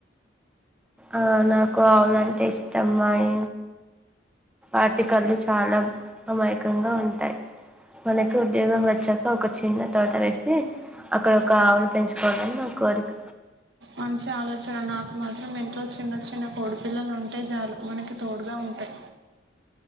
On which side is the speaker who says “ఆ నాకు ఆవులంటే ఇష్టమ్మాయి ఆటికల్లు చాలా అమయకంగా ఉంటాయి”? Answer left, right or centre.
Centre